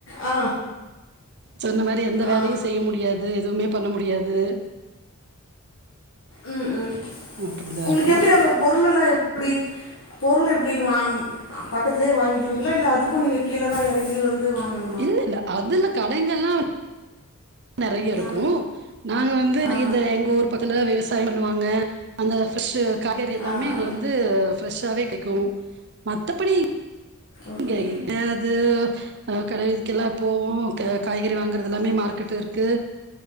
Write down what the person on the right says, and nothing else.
சொன்னமாரி எந்த
வேலயு செய்ய முடியாது அது எதுமே பண்ண முடியாது
அப்டிதா
இருக்கு
இல்ல இல்ல அதுல கடைங்கள்ளா நெறையா இருக்கு
நாங்க வந்து
இந்த எங்க ஊர் பக்கத்துலதா விவசாய பண்ணுவாங்க அந்த ஃப்ரெஷ் காய்கறி எல்லாமே
எங்க வந்து ஃப்ரெஷ்ஷாவே கெடைக்கு மத்தபடி
என்னது கடைக்கெல்லா போவோ காய்கறி வாங்குறது அதெல்லாமே மார்க்கெட்ல இருக்கு